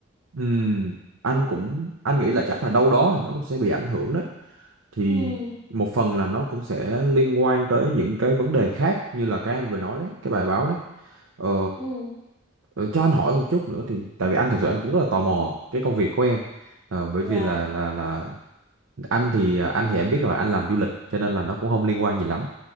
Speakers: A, on the right; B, in the centre.
A: ừm, Anh cũng anh nghĩ là chắc là đâu đó thì nó cũng sẽ bị ảnh hưởng đấy. thì
B: ừ
A: một phần là nó cũng sẽ liên quan tới những cái vấn đề khác như là cái anh vừa nói đấy cái bài báo đấy ờ,
B: ừ
A: ờ, cho anh hỏi một chút nữa thì tại vì anh thực sự anh cũng rất là tò mò cái công việc của em ờ, bởi
B: dạ
A: vì là là là anh thì anh thì em biết rồi anh làm du lịch cho nên là nó cũng không liên quan gì lắm